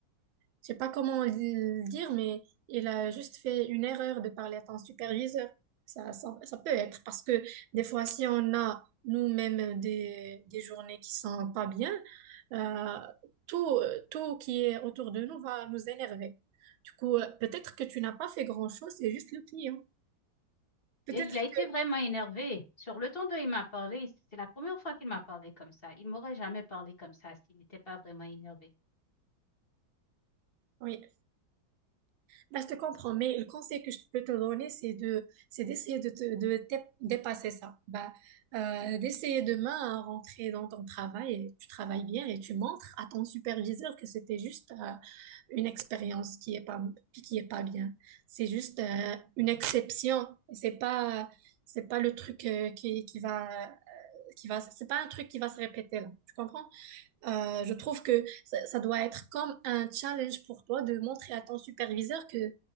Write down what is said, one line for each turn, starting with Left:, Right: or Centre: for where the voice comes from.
Right: je sais pas comment le dire, mais il a juste fait une erreur de parler à ton superviseur. Ça, ça, ça peut être parce que des fois, si on a nous-mêmes des, des journées qui sont pas bien, euh, tout, tout qui est autour de nous va nous énerver. Du coup, euh, peut-être que tu n'as pas fait grand-chose, c'est juste le client. Peut-être
Left: Et il a été
Right: que,
Left: vraiment énervé. Sur le ton dont il m'a parlé, c'est la première fois qu'il m'a parlé comme ça. Il m'aurait jamais parlé comme ça s'il n'était pas vraiment énervé.
Right: oui. Bah, je te comprends, mais le conseil que je peux te donner, c'est de, c'est d'essayer de te, de te- dépasser ça. Bah, euh, d'essayer demain à rentrer dans ton travail et tu travailles bien et tu montres à ton superviseur que c'était juste euh, une expérience qui est pas, qui est pas bien. C'est juste euh, une exception. C'est pas, c'est pas le truc euh, qui, qui va, qui va, c'est pas un truc qui va se répéter là. Tu comprends? Euh, je trouve que ça, ça doit être comme un challenge pour toi de montrer à ton superviseur que,